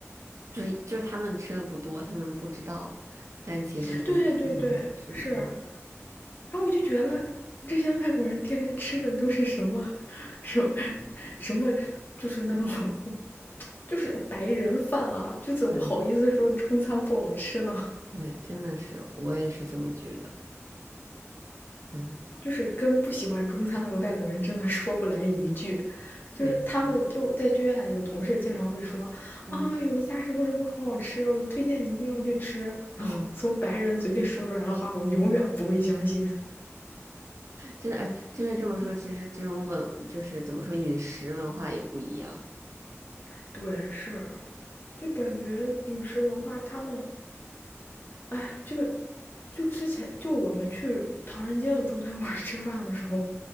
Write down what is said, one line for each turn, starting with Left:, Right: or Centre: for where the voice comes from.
Right: 就是就是他们吃的不多，他们不知道，但其实就是很好吃的。
Left: <laughs> 对对对，是。然后我就觉得这些外国人天天吃的都是什么，什么什么，就是那种，<laughs> 就是白人饭啊，就怎么好意思说中餐不好吃呢？
Right: 对对，真的是，我也是这么觉得。对，
Left: 就是跟不喜欢中餐的外国人真的说不来一句，就是他们就在剧院有同事经常会说啊，
Right: 没错。嗯
Left: 有一家什么什么很好吃，我一推荐你一定要去吃。然后从白人嘴里说出来的话，
Right: 嗯，
Left: 我永远不会相信。
Right: 真的哎，真的这么说，其实这种文就是怎么说，饮食文化也不一样。
Left: <laughs> 对，是，就感觉饮食文化他们哎，就就之前就我们去唐人街的中餐馆吃饭的时候，